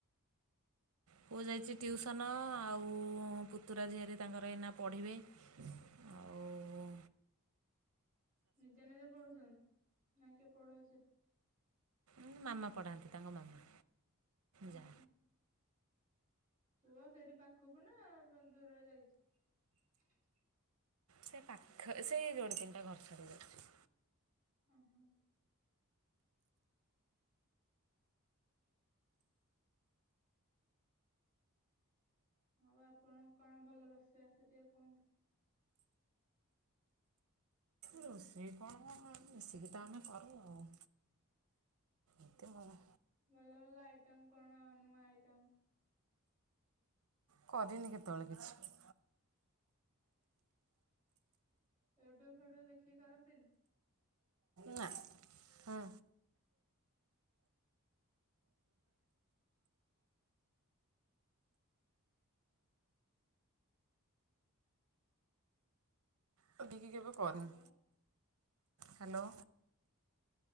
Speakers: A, on the right; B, on the right.
A: ପୁଅ ଯାଇଛି ଟିଉସନ ଆଉ-ଉ-ଉ-ଉ ପୁତୁରା ଝିଆରି ତାଙ୍କର ଏଇନା ପଢ଼ିବେ ଆଉ-ଉ-ଉ
B: ନିଜେ ନିଜେ ପଢୁଛନ୍ତି, ନା କିଏ ପଢଉଛି?
A: ଉଁ ମାମା ପଢାନ୍ତି ତାଙ୍କ ମାମା।
B: ହଁ
A: ଯା।
B: ହୁଁ। ପୁଅ ସେଇଠି ପାଖକୁ ନା ଦୂରରେ ଯାଇଛି?
A: ସେ ପାଖ ସେଇ ରୋଡ଼ ତିନିଟା ଘର ଛାଡିକି ଯାଉଛି।
B: ଓହୋ ଆଉ ଆପଣ କଣ ଭଲ ରୋଷେଇ ଆସ ଟିକେ କୁହନ୍ତୁ?
A: ରୋଷେଇ କଣ ମିଶିକି ତ ଆମେ କରୁ ଆଉ। ଏତେ ଭଡ଼
B: ଭଲ ଭଲ ଆଇଟମ କଣ ନୂଆ ଆଇଟମ?
A: କରିନି କେତେବେଳେ କିଛି।
B: ୟୁଟ୍ୟୁବ ଫୁଟ୍ୟୁବ ଦେଖି କରନ୍ତିନି?
A: ନା। ହଁ। <unintelligible> କେବେ କରିନି।
B: Hello
A: hello.